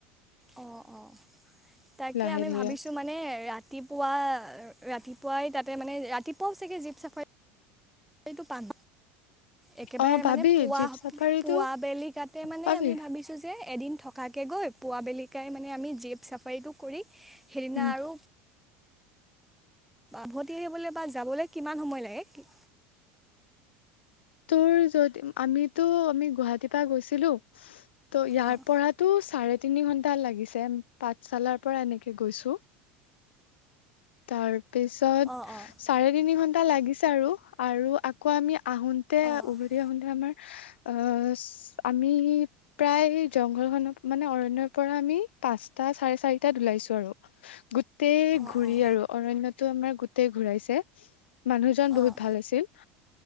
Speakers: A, in the centre; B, on the left (about 80°).
A: অহ অহ তাকে
B: লাহে
A: আমি
B: ধীৰে
A: ভাবিছো মানে ৰাতি পুৱা ৰাতিপুৱাই তাতে মানে ৰাতিপুৱাও চাগে জীপ চাফাইত সেইটো পাম একেবাৰে
B: অ পাবি
A: মানে পুৱা
B: জীপ চাফাৰীটো
A: পুৱা বেলি কাতে মানে
B: পাবি
A: আমি ভাবিছো যে এদিন থকা- থকাকে গৈ পুৱা বেলিকাই মানে আমি জীপ চাফাৰীটো কৰি সেইদিনা
B: উম
A: আৰু উভতি আহিবলৈ বা যাবলৈ কিমান সময় লাগে?
B: তোৰ যদি আমিতো আমি গুৱাহাটীৰ পৰা গৈছিলো ত' ইয়াৰ
A: অঁ
B: পৰাতো চাৰে তিনি ঘন্টা লাগিছে পাঠশালাৰ পৰা এনেকে গৈছো তাৰ পিছত
A: অঁ অঁ
B: চাৰে তিনি ঘণ্টা লাগিছে আৰু আৰু আকৌ আমি আহোতে
A: অঁ
B: উভতি আহোতে আমাৰ আহ আমি প্ৰায় জংঘল খনৰ মানে অৰণ্য পৰা আমি পাঁচটা চাৰে চাৰিতাত ওলাইছো আৰু গোটেই
A: অঁ
B: ঘুৰি
A: অঁ
B: আৰু অৰণ্যটো আমাৰ গোটেই ঘুৰাইছে মানুহজন বহুত
A: অঁ
B: ভাল আছিল